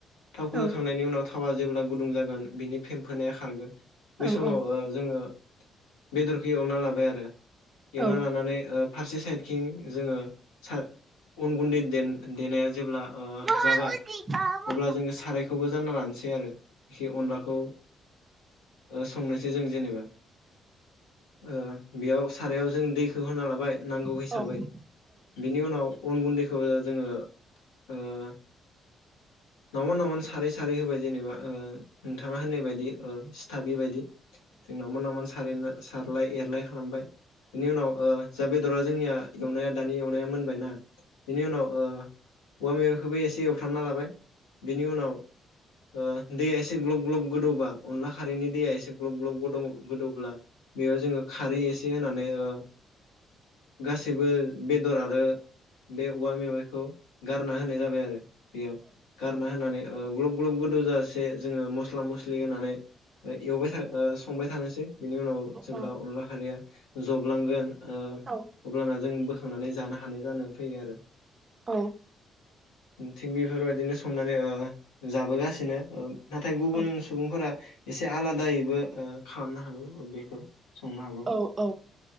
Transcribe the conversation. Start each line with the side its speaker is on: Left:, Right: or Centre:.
Left: थावखौ
Right: औ
Left: होखांनायनि उनाव थावा जेब्ला गुदुं जागोन बिनि फेम्फोनाया खारगोन बै
Right: औ
Left: समाव
Right: औ
Left: ओ जोङो बेदरखौ एवना लाबाय आरो। एवना
Right: औ
Left: लानानै ओ फारसे साइथखिं जोङो उनगुन्दै दोन देनाया जेब्ला ओ
Right: औ
Left: जाबाय अब्ला जोङो सारायखौबो जाना लानोसै। दे आरो। एसे अनलाखौ ओ संनोसै जों जेनेबा। ओ बेयाव सारायाव जों दैखौ होना लाबाय नांगौ हिसाबै
Right: औ
Left: बिनि उनाव अन गुन्दैखौ जोङो ओ नावमान नावमान सारै सारै होबाय जेनेबा ओ नोंथाङा होननाय बायदि ओ सिथाबै बायदि जों नावमान नावमान नो सारलाय एरलाय खा खालामबाय बिनि उनाव ओ जा बेदरा जोंनिया एवनाया दानि एवनाया मोनबायना बेनि उनाव ओ औवा मेवायखौबो एसे एवफ्रामना लाबाय। बिनि उनाव। ओ दैया एसे ग्लब ग्लब गोदौबा अनला खारिनि दैया एसे ग्लब ग्लब गदं ब्ला बेयाव जोङो खारै एसे दि होनानै ओ गासिबो बेदर आरो बे औवा मेवाइखौ गारना हो होनाय जाबाय आरो बेयाव गारना होनानै ओ ग्लब ग्लब गोदौ जासे जोङो मस्ला मस्लि होनानै एवबाय था ओ संबाय थानोसै। बिनि उनाव जेब्ला
Right: औ
Left: अनला खारिया जबलांगोन। ओ
Right: औ
Left: अब्लाना जों बोखांनानै जानो हानाय जानो फैयो आरो।
Right: औ
Left: थिग बेफोरबायदिनो संनानै ओ जाबोगासिनो। नाथाय गुबुन
Right: औ
Left: सुबुंफोरा एसे आलादायैबो ओ खालामनो हागो ओ बेखौ। संनो हागौ।
Right: औ औ